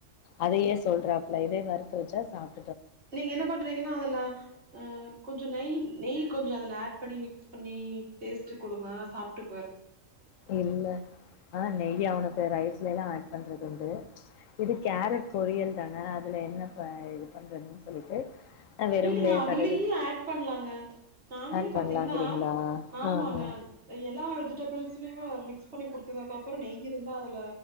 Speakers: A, on the left; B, on the right.
A: அதயே சொல்றாப்ல இதே வறுத்து வச்சா சாப்
B: நீங்க என்ன பண்றீங்கன்னா அதுல்லா அ கொஞ்சோ நெய் நெய் கொஞ்சோ அதுல ஆட் பண்ணி மிக்ஸ் பண்ணி டேஸ்ட்டு குடுங்க சாப்டு
A: இல்ல ஆ நெய் அவனுக்கு ரைஸ்லலா ஆட் பண்றது உண்டு இது
B: ம்
A: கேரட் பொரியல் தான அதுல என்ன ப இது பண்றதுனு சொல்லிட்டு ஆ வெறும்லயே
B: இல்லேங்க அதுலயு
A: கடுகு
B: ஆட் பண்லாங்க நாங்களே
A: ஆட் பண்ணலாங்கிறீங்களா
B: பாத்தீங்னா ஆமாங்க
A: ஆ ஆ
B: எல்லா வெஜிடேபுள்ஸ்லயுமே அத மிக்ஸ் பண்ணி குடுத்ததுக்கப்புறோ நெய் இருந்தா அதுல